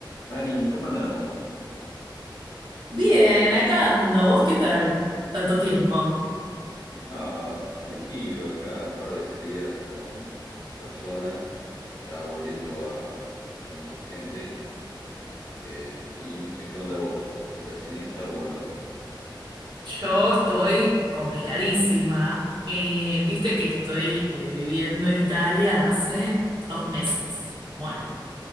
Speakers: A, on the left (about 45°); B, on the right (about 70°).
A: Ani, ¿cómo andamos?
B: Bien, acá ando. ¿Vos qué tal? Tanto tiempo.
A: Ah, tranquilo, acá un par de salidas con personas. Estaba volviendo a conocer gente. eh, y no sé qué onda vos, si estás en esa o en otra.
B: Yo estoy complicadísima. Eh, viste que estoy eh, viviendo en Italia hace dos meses. Bueno,